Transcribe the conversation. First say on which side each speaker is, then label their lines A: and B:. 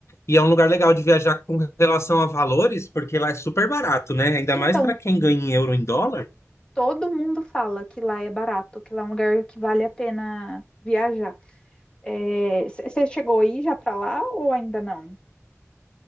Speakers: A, on the left (about 60°); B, on the left (about 20°).
A: E é um lugar legal de viajar com relação a valores, porque lá é super barato, né? Ainda
B: Então,
A: mais para quem ganha em euro em dólar.
B: todo mundo fala que lá é barato, que lá é um lugar que vale a pena viajar. É, c- Você chegou aí já pra lá ou ainda não?